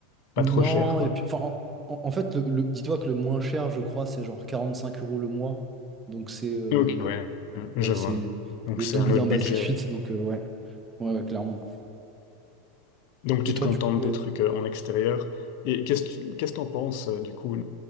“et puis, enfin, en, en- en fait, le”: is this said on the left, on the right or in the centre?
Right